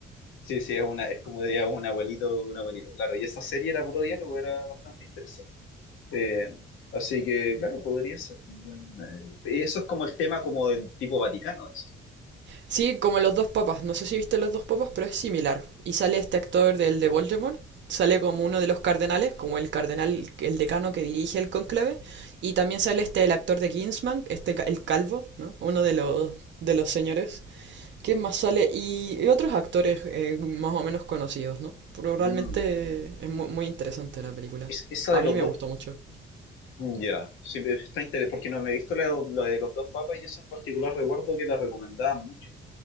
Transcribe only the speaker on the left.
Sí, sí, es una, es como diría un abuelito, un abuelito, claro. Y esa serie era puro diálogo, era bastante interesante. Eh, así que, claro, podría ser también. eh, eso es como el tema como del tipo Vaticano, dices.
Mm.
Es, esa
de
los
dos
Ya, sí, está interesante, porque no me he visto la, de la de los dos papas y esa en particular recuerdo que la recomendaban mucho.